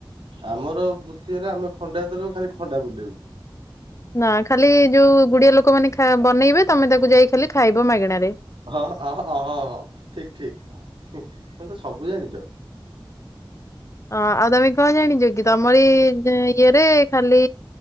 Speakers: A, on the right (about 80°); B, on the left (about 35°).
A: ଆମର ବୃତ୍ତିରେ ଆମେ ଖଣ୍ଡାୟ ଦଲୁ ଖାଲି ଖଣ୍ଡା ବୁଲେଇବୁ
B: ନା ଖାଲି ଯୋଉ ଗୁଡିଆ ଲୋକମାନେ ଖାଇ ବନେଇବେ ତମେ ତାକୁ ଯାଇ ଖାଲି ଖାଇବ ମାଗଣାରେ
A: ହଁ ହଁ ଅହଁ ଅ ହଁ ଠିକ୍ ଠିକ୍ ତେମେ ତ ସବୁ ଜାଣିଚ।
B: <inaudible> ହଁ ଆଉ ତମେ କଣ ଜାଣିଛ କି ତମରି ଇଏରେ ଖାଲି